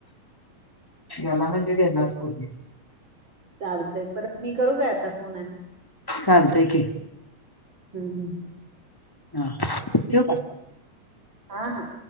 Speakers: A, on the left; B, on the right.
A: गेला म्हणजे गेला पाऊस
B: चालतंय परत मी करू का आता फोन आणि?
A: चालतंय की
B: हम्म हम
A: हा ठेवू का?
B: हा हा